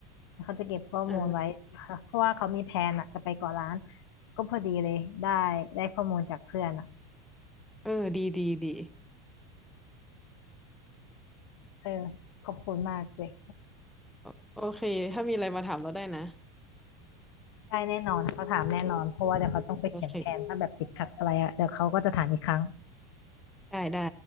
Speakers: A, on the left; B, in the centre.
A: เขาจะเก็บข้อมูลไว้
B: เออ
A: เพราะว่าเขามีแผนอะจะไปเกาะล้านก็พอดีเลยได้ได้ข้อมูลจากเพื่อนอะ
B: เออ ดีดีดี
A: เออขอบคุณมากเลย
B: โอโอเค ถ้ามีอะไรมาถามเราได้นะ
A: ได้แน่นอนเขาถามแน่นอนเพราะว่าเดี๋ยวเขาต้องไปเขียนแผนถ้าแบบติดขัดอะไรอะเดี๋ยวเขาก็จะถามอีกครั้ง
B: โอเค ได้ได้